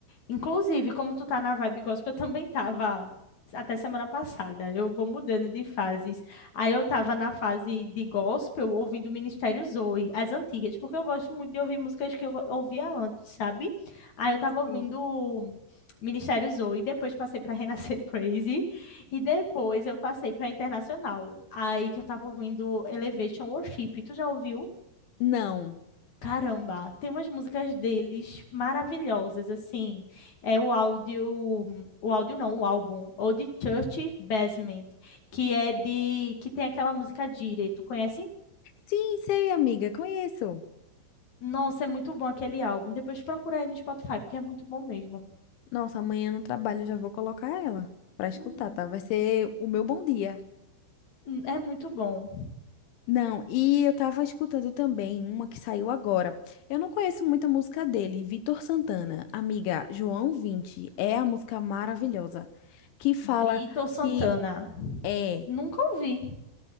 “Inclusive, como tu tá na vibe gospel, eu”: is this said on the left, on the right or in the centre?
Left